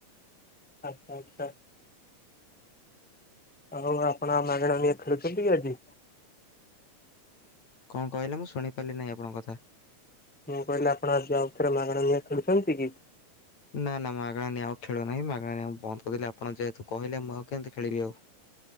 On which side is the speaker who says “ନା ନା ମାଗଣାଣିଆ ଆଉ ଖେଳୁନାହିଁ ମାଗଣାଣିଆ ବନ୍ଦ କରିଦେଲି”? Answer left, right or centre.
Left